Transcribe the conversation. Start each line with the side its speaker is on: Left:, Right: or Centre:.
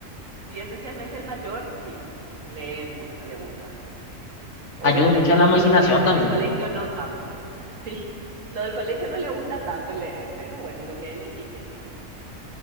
Right: Sí, especialmente el mayor, sí, lee mucho, le gusta. Obviamente
Left: ayuda mucho a la
Right: lo
Left: imaginación
Right: que le obligan
Left: también.
Right: en el colegio, no tanto. <laughs> Sí, lo del colegio no le gusta tanto leer, pero bueno, lo que él elige, sí,